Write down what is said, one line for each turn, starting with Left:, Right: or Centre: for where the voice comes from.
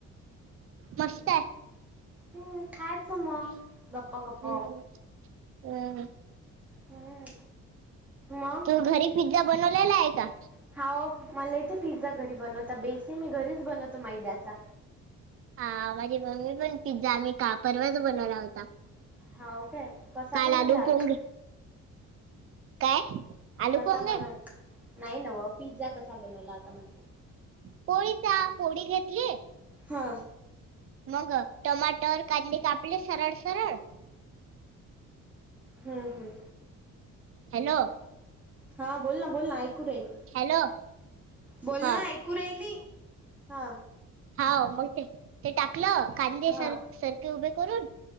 Right: मस्त आहे.
Centre: हम्म, खायचं मग गप्प-गप्प.
Right: हम्म हम्म
Centre: हम्म, मग.
Right: तू घरी पिझ्झा बनवलेला आहे का?
Centre: हाओ मला येतो पिझ्झा घरी बनवता, बेस ही मी घरीच बनवतो मैद्याचा.
Right: हा माझी मम्मी पण पिझ्झा, मी का परवाच बनवला होता.
Centre: हाओ काय कसा
Right: काल
Centre: बनवला
Right: आलू
Centre: होता.
Right: पोंगे काय? आलू
Centre: कसा
Right: पोंगे
Centre: बनव नाही नव पिझ्झा कसा बनवला होता म्हटलं.
Right: पोळीचा पोळी घेतली.
Centre: हा
Right: मग टमाटर, कांदे कापले सरळ-सरळ.
Centre: हम् हम्म
Right: हॅलो
Centre: हा बोल ना बोल ना ऐकू रा येईल
Right: हॅलो
Centre: बोल
Right: हा
Centre: ना ऐकू राहिली हा
Right: हा मग ते ते टाकलं कांदे
Centre: हा
Right: सार सारखे उभे करून